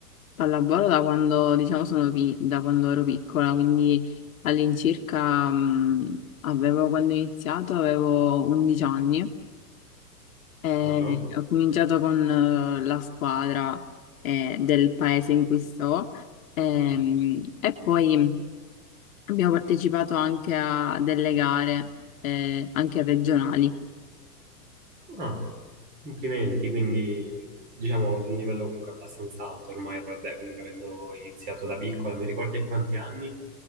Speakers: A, on the left (about 55°); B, on the right (about 20°).
A: pallavolo da quando, diciamo, sono pi- da quando ero piccola, quindi all'incirca, mm, avevo, quando ho iniziato avevo 11 anni Eh,
B: Ah ah.
A: ho cominciato con eh, la squadra eh, del paese in cui sto ehm, e poi abbiamo partecipato anche a delle gare, eh, anche regionali,
B: Ah, complimenti, quindi diciamo di un livello comunque abbastanza alto ormai, vabbè, comunque avendo iniziato da piccola, mi ricordi a quanti anni?